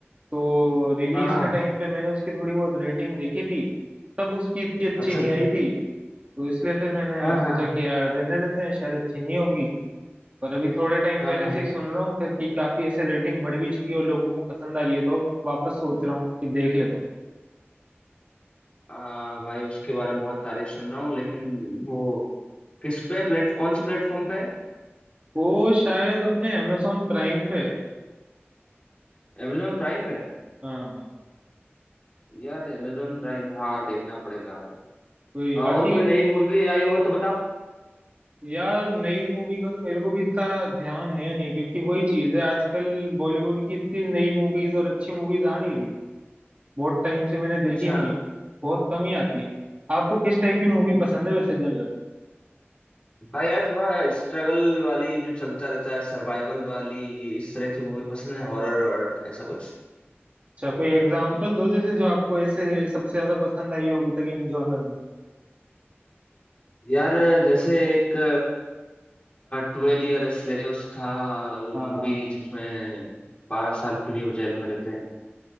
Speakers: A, on the right; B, on the left.
A: तो रिलीज
B: हाँ हाँ
A: के टाइम पे मैंने उसकी थोड़ी बहुत रेटिंग देखी थी तब उसकी इतनी अच्छी
B: अच्छा
A: नहीं
B: अच्छा
A: आई थी तो इसलिए फिर मैंने
B: हाँ हाँ
A: सोचा कि यार रहने देते हैं शायद अच्छी नहीं होगी पर अभी थोड़े टाइम
B: हाँ
A: पहले
B: हाँ
A: से ही सुन रहा हूँ फिर कि काफी ऐसे रेटिंग बढ़ भी चुकी है और लोगों को पसंद आ रही है तो अब वापस सोच रहा हूँ कि देख लेता हूँ
B: हाँ भाई उसके बारे में बहुत तारीफ सुन रहा हूँ लेकिन वो किस पे प्लेट कौन से प्लेटफॉर्म पे है
A: वो शायद अपने अमेजोन प्राइम पे है
B: अमेजोन प्राइम पे
A: हाँ
B: यार अमेजोन प्राइम हाँ देखना पड़ेगा भाई
A: कोई
B: हाँ, और
A: बाकी
B: कोई नई मूवी आई हो तो बताओ
A: यार नई मूवी का तो मेरे को भी इतना ध्यान है नहीं क्योंकि वही चीज है आजकल बॉलीवुड की इतनी नई मूवीज और अच्छी मूवीज आ नहीं रही बहुत टाइम से मैंने
B: अच्छा
A: देखी नहीं है बहुत कम ही आती है आपको किस टाइप की मूवी पसंद है वैसे जनरल
B: भाई यार थोड़ा स्ट्रगल वाली जो चलता रहता है सर्वाइवल वाली इस तरह की मूवी पसंद है हॉरर और ऐसा कुछ
A: अच्छा कोई एग्जांपल दो जैसे जो आपको ऐसे सबसे ज्यादा पसंद आई हो अभी तक इन जॉनर में
B: यार जैसे एक ट्वेल्व ईयर स्लेव्स था
A: हाँ
B: मूवी जिसमें बारह साल के लिए वो जेल में रहते हैं